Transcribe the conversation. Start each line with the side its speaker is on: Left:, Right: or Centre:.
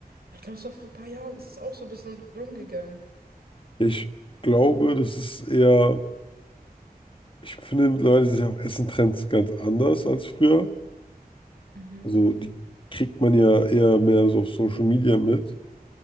Right: Aber ich glaube, so vor ein paar Jahren ist es auch so ein bisschen rumgegangen.
Left: Ja, ich glaube, das ist eher. Ich finde mittlerweile sind ja auch Essentrends ganz anders als früher.
Right: Mhm.
Left: Also die kriegt man ja eher mehr so auf Social Media mit.